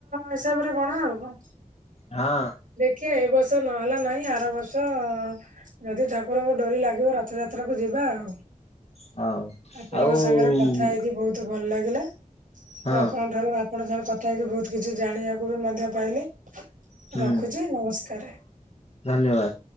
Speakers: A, on the right; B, on the left.
A: ହିସାବରେ ଗଣା ଆଉ କଁ।
B: ହଁ।
A: ଖିଆ ଏ ବର୍ଷ ନହେଲା ନାହିଁ ଆର ବର୍ଷ ଯଦି ଠାକୁରଙ୍କ ଡୋରି ଲାଗିବ ରଥଯାତ୍ରାକୁ ଯିବା ଆଉ।
B: ହଉ
A: ଆପଣଙ୍କ
B: ଆଉ
A: ସାଙ୍ଗରେ କଥା ହେଇକି ବୋହୁତ ଭଲ ଲାଗିଲା। ଆଉ
B: ହଁ
A: ଆପଣଙ୍କ ଠାରୁ ଆପଣଙ୍କ ସାଙ୍ଗରେ କଥା ହେଇକି ବୋହୁତ କିଛି ଜାଣିବାକୁ ବି ମଧ୍ୟ ପାଇଲି।
B: ହୁଁ
A: ରଖୁଚି ନମସ୍କାରେ।
B: ଧନ୍ୟବାଦ।